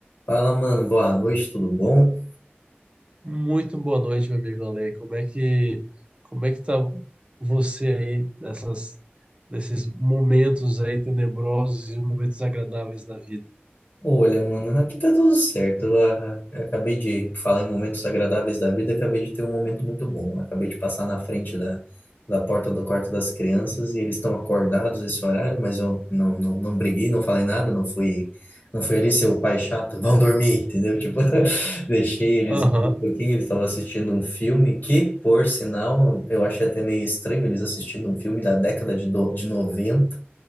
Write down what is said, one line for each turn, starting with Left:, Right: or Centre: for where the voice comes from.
Left: Fala, mano, boa noite, tudo bom?
Right: Muito boa noite, meu amigo Ale. Como é que, como é que tá você aí nessas, nesses momentos aí tenebrosos e momentos agradáveis da vida?
Left: Olha, mano, aqui tá tudo certo. Eu, ah, eu acabei de falar em momentos agradáveis da vida, acabei de ter um momento muito bom. Acabei de passar na frente da, da porta do quarto das crianças e eles estão acordados esse horário, mas eu não, não, não briguei, não falei nada, não fui, não fui ali ser o pai chato, vão dormir, entendeu? Tipo, <laughs> deixei eles
Right: Aham.
Left: ali um pouquinho, eles estavam assistindo um filme que, por sinal, eu achei até meio estranho eles assistindo um filme da década de, do, de noventa